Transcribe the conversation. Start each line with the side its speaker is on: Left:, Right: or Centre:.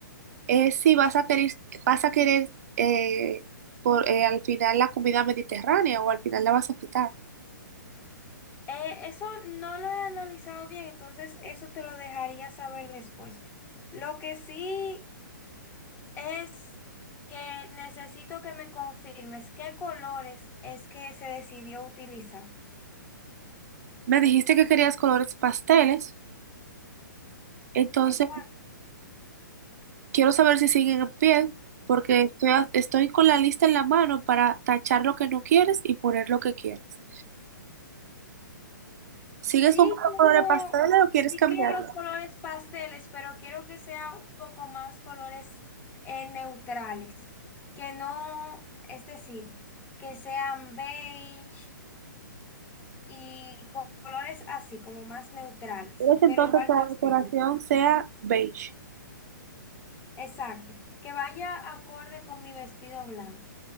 Right: es si vas a querer, vas a querer eh, por, eh, al final la comida mediterránea o al final la vas a quitar.
Left: eh, eso no lo he analizado bien, entonces eso te lo dejaría saber después. Lo que sí es que necesito que me confirmes qué colores es que se decidió utilizar.
Right: Me dijiste que querías colores pasteles, entonces
Left: Exacto.
Right: Quiero saber si siguen en pie, porque estoy, a- estoy con la lista en la mano para tachar lo que no quieres y poner lo que quieres. ¿Sigues
Left: Sí,
Right: comprando
Left: tengo,
Right: color de pastel o quieres
Left: sí
Right: cambiarlo?
Left: quiero los colores pasteles, pero quiero que sea un poco más colores eh, neutrales. Que no, es decir, que sean beige. y co- colores así, como más neutrales,
Right: ¿Quieres entonces
Left: pero igual
Right: que la
Left: pasteles.
Right: decoración sea beige?
Left: Exacto, que vaya acorde con mi vestido blanco.